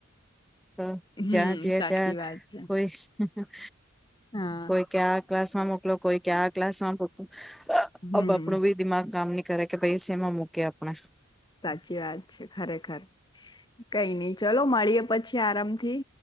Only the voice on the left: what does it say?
હમ
સાચી
વાત છે
હા
હમ
સાચી વાત છે. ખરેખર. કઈ નંઈ ચલો મળીએ પછી આરામ થી.